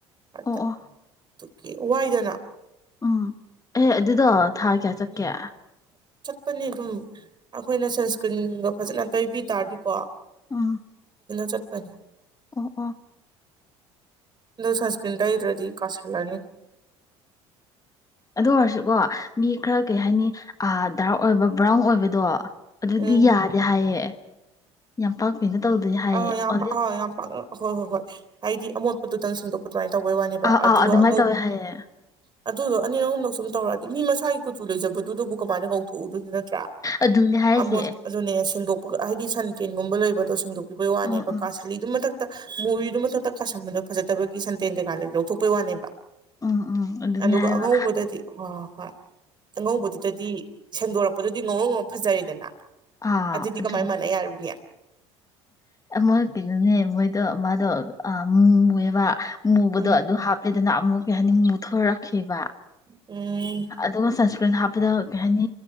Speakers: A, on the right; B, on the left.
A: ꯑ
B: ꯑꯣ ꯑꯣ
A: ꯑꯣꯦ ꯋꯥꯏꯗꯅ
B: ꯎꯝ ꯑꯦ ꯑꯗꯨꯗꯣ ꯊꯥ ꯀꯦ ꯆꯠꯀꯦ
A: ꯎꯝ ꯆꯠꯄꯅꯤ ꯑꯗꯨꯝ ꯑꯩꯈꯣꯏꯅ ꯁꯟꯁꯀ꯭ꯔꯤꯟꯒ ꯐꯖꯅ ꯇꯩꯕꯤ ꯇꯥꯔꯗꯤꯀꯣ
B: ꯑꯥ
A: ꯆꯠꯄꯅꯤ
B: ꯑꯣ ꯑ
A: ꯂꯣꯁꯁ ꯄꯇꯏꯔꯗꯤ ꯀꯁꯂꯅꯤ
B: ꯑꯗꯨꯗ ꯋꯥꯔꯁ ꯀꯣ ꯃꯤ ꯈꯔ ꯀꯩ ꯍꯥꯏꯅꯤ ꯑ ꯗꯥꯔꯛ ꯑꯣꯏꯕ ꯕ꯭ꯔꯥꯎꯟ ꯑꯣꯏꯕꯗꯣ ꯑꯗꯨꯗꯤ
A: ꯎꯝ
B: ꯌꯥꯗꯦ ꯍꯥꯏꯌꯦ ꯌꯥꯝ ꯄꯥꯛꯄꯤꯅ ꯇꯧꯗꯣꯏ ꯍꯥꯏꯌꯦ
A: ꯑꯥ ꯌꯥꯝ
B: ꯑꯣ
A: ꯑꯥ ꯌꯥꯝ ꯄꯥꯛꯅ ꯍꯣꯏ ꯍꯣꯏ ꯍꯣꯏ ꯍꯥꯏꯗꯤ ꯑꯃꯣꯠꯄꯗꯨꯗꯪ ꯁꯦꯡꯗꯣꯛꯄ ꯁꯨꯃꯥꯏꯅ ꯇꯧꯕꯩ ꯋꯥꯅꯦꯕ
B: ꯑꯥ
A: ꯑꯗꯨꯒ
B: ꯑꯥ ꯑꯗꯨꯃꯥꯏꯅ
A: ꯑꯉꯧ
B: ꯇꯧꯋꯦ ꯍꯥꯏꯌꯦ
A: ꯑꯗꯨꯗꯣ ꯑꯅꯤꯔ ꯑꯍꯨꯝꯂꯛ ꯁꯨꯝ ꯇꯧꯔꯗꯤ ꯃꯤ ꯃꯁꯥꯒꯤ ꯀꯨꯆꯨ ꯂꯩꯖꯗꯨꯕꯨ ꯀꯃꯥꯏꯅꯧ ꯊꯎ ꯑꯗꯨꯗꯤ ꯅꯠꯇ꯭ꯔꯥ
B: ꯑꯗꯨꯅꯦ ꯍꯥꯏꯔꯤꯁꯦ
A: ꯑꯃꯣꯠ ꯑꯗꯨꯅꯦꯦꯡꯗꯣꯛ ꯍꯥꯏꯗꯤ ꯁꯟ ꯀꯦꯟꯒꯨꯝꯕ ꯂꯩꯕ ꯣ ꯁꯤ ꯕꯣꯏ ꯋꯥꯅꯦꯕ
B: ꯎꯝ ꯎꯝ
A: ꯀꯥꯁꯂꯤ ꯑꯗꯨꯝ ꯃꯊꯛ ꯃꯣꯔꯤꯗꯨ ꯃꯊꯛꯇ ꯀꯥꯁꯟꯕꯗꯨꯣ ꯐꯖꯕꯒꯤ ꯁꯟꯇꯦꯟ ꯀꯩꯀꯥ ꯂꯩ ꯂꯧꯊꯣꯛꯄꯩ ꯋꯥꯅꯦꯕ
B: ꯎꯝ ꯎꯝ ꯑꯗꯨꯅꯦ
A: ꯑꯗꯨꯒ
B: ꯍꯥꯏꯕ
A: ꯑꯉꯧꯕꯗꯗꯤ ꯍ ꯍꯣꯏ ꯑꯉꯧꯕꯗꯨꯗꯗꯤ ꯁꯟꯗꯣꯔꯛꯄꯗꯨꯗꯤ ꯉꯉꯧ ꯉ ꯐꯖꯔꯦꯗꯅ
B: ꯑꯥ
A: ꯑꯗꯨꯗꯤ
B: ꯑꯗꯨ
A: ꯀꯃꯥꯏ ꯃꯅ ꯌꯥꯔꯅꯤ
B: ꯃꯣꯏ ꯀꯩꯅꯣꯅꯤ ꯃꯣꯏꯗꯣ ꯑ ꯎꯝꯕ ꯃꯨꯕꯗꯣ
A: ꯎꯝ
B: ꯑꯗꯨ ꯍꯥꯞꯄꯦꯗꯅ ꯑꯃꯨꯛ ꯀꯩ ꯍꯥꯏꯅꯤ ꯃꯨꯊꯣꯔꯛꯈꯤꯕꯕ
A: ꯎꯝ
B: ꯑꯗꯨꯒ ꯁꯟꯁꯀ꯭ꯔꯤꯟ ꯍꯥꯞꯄꯗ ꯀꯩ ꯍꯥꯏꯅꯤ